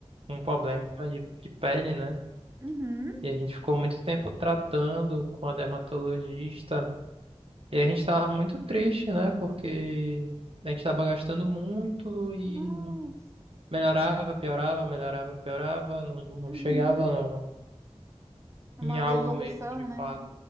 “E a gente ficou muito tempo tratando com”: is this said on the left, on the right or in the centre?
Right